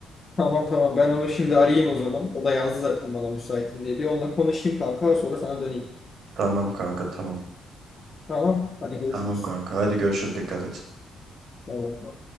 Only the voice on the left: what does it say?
Tamam tamam ben onu şimdi arayayım o zaman. O da yazdı zaten bana müsaitim diye. Bir onunla konuşayım kanka sonra sana döneyim.
Tamam hadi görüşürüz.
Tamam.